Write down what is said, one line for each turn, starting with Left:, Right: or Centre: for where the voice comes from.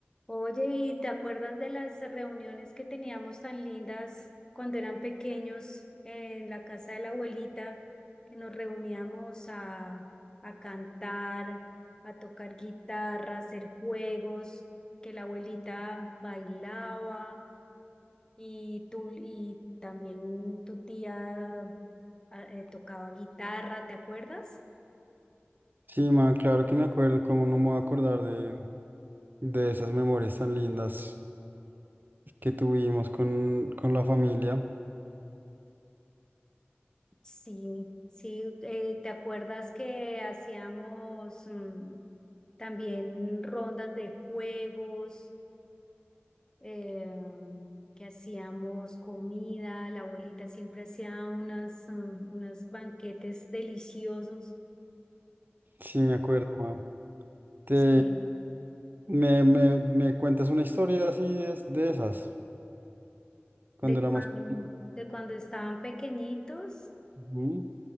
Left: Oye, ¿y te acuerdas de las reuniones que teníamos tan lindas cuando eran pequeños en la casa de la abuelita, que nos reuníamos a, a cantar, a tocar guitarra, a hacer juegos, que la abuelita bailaba y tú y también tu tía ah, eh, tocaba guitarra, ¿te acuerdas?
Right: Sí, man, claro que me acuerdo, cómo no me voy a acordar de, de esas memorias tan lindas que tuvimos con, con la familia.
Left: Sí, sí, eh, ¿te acuerdas que hacíamos mm, también rondas de juegos, eh, que hacíamos comida, la abuelita siempre hacía unas, mm, unos banquetes deliciosos.
Right: Sí, me acuerdo, man. Te,
Left: Sí.
Right: me, me, me cuentas una historia así de, es- de esas, cuando
Left: De
Right: era
Left: cuando,
Right: más pequeño,
Left: de cuando estaban pequeñitos,
Right: Ujú.